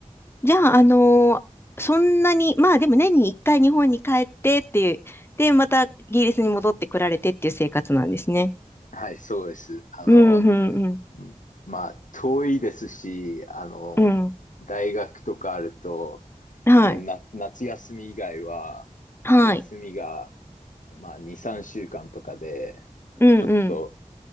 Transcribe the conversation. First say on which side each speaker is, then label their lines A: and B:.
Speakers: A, on the left (about 20°); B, on the left (about 85°).
A: じゃあ、あのーそんなに、まあでも年に一回日本に帰ってっていう、で、またイギリスに戻ってこられてっていう生活なんですね。
B: はい、そうです。あの、
A: うん、うん、うん、
B: うんまあ、遠いですし、あの、
A: うん。
B: 大学とかあると、
A: はい、
B: あの、な、夏休み以外は、
A: はい、
B: 休みが、まあ、2、3週間とかで、
A: うん、
B: ちょっと
A: うん、